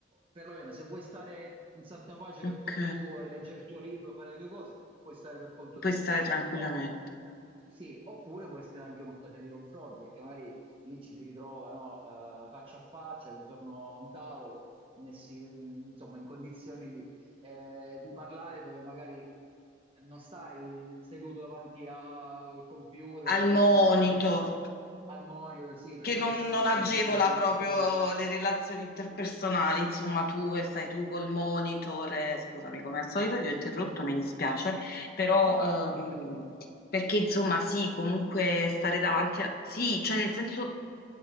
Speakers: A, on the right; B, on the left.
A: perlomeno se vuoi stare in santa pace
B: ok,
A: per conto tuo, leggere il tuo libro, fare le tue cose, puoi stare per conto
B: puoi
A: tuo.
B: stare tranquillamente.
A: O sì, oppure può essere anche un'occasione di confronto, perché magari lì ci si ritrova, no, eh, faccia a faccia, intorno a un tavolo, messi, mm, insomma, in condizioni di, eh, di parlare dove magari non stai seduto davanti al computer,
B: al
A: per cui
B: monitor,
A: riesci a parlare anche al monitor, sì, per
B: che
A: cui
B: non,
A: riesci a
B: non
A: parlare
B: agevola
A: anche in maniera
B: proprio
A: un po' più...
B: le relazioni interpersonali, insomma, tu e stai tu col monitor, eh, scusami, come al solito ti ho interrotto, mi dispiace, però
A: No, no,
B: ehm,
A: perché...
B: perché insomma sì, comunque stare davanti a... Sì, cioè nel senso